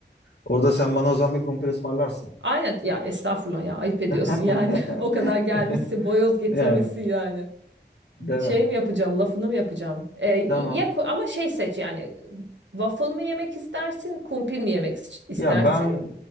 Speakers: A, on the left; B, on the right.
A: Orada sen bana o zaman bir kumpir ısmarlarsın.
B: Aynen ya estağfurullah ya ayıp ediyorsun
A: <laughs>
B: yani. <laughs> O kadar gelmişsin boyoz getirmişsin
A: Yani
B: yani.
A: değil
B: Şey
A: mi?
B: mi yapacağım lafını mı yapacağım? E,
A: Tamam.
B: ya ku- ama şey seç yani waffle mı yemek istersin kumpir mi yemek is- istersin?
A: Ya ben